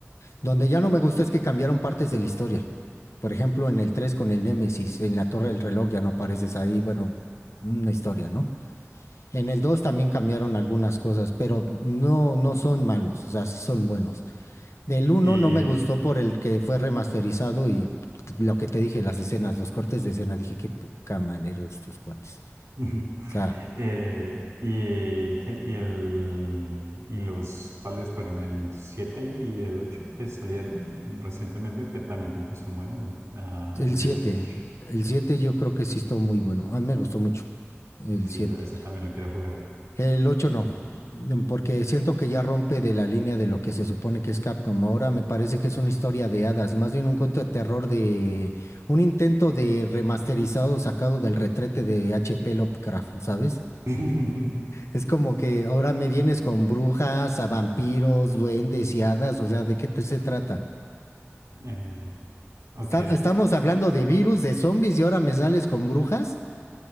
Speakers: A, on the left (about 70°); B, on the right (about 85°).
A: Donde ya no me gustó es que cambiaron partes de la historia. Por ejemplo, en el 3 con el Némesis, en la Torre del Reloj ya no apareces ahí. Bueno, una historia, ¿no? En el 2 también cambiaron algunas cosas, pero no, no son malos, o sea, sí son buenos. Del uno
B: Y,
A: no me gustó por el que fue remasterizado y lo que te dije, las escenas, los cortes de escena, dije qué poca manera de estos cuates.
B: <laughs>
A: O sea,
B: eh, y, ¿qué? Y, el, y los, ¿cuáles fueron? El 7 y el 8 que salieron recientemente, que también como que son buenos. Ah,
A: el
B: Village.
A: 7, el 7 yo creo que sí estuvo muy bueno, a mí me gustó mucho el
B: Sí,
A: 7.
B: yo ese también lo quiero jugar.
A: El 8 no, porque siento que ya rompe de la línea de lo que se supone que es Capcom. Ahora me parece que es una historia de hadas, más bien un cuento de terror de un intento de remasterizado sacado del retrete de H.P. Lovecraft, ¿sabes?
B: <laughs>
A: Es como que ahora me vienes con brujas, a vampiros, duendes y hadas, o sea, ¿de qué te se trata?
B: Eh, ok.
A: Está- estamos hablando de virus, de zombies y ahora me sales con brujas.